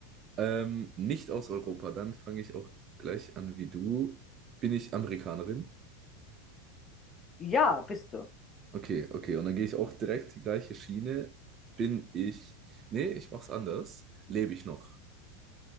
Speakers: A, on the right; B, on the left.
A: Ähm, nicht aus Europa, dann fange ich auch gleich an wie du. Bin ich Amerikanerin?
B: Ja, bist du.
A: Okay, okay. Und dann gehe ich auch direkt die gleiche Schiene. Bin ich. Nee, ich mach's anders. Lebe ich noch?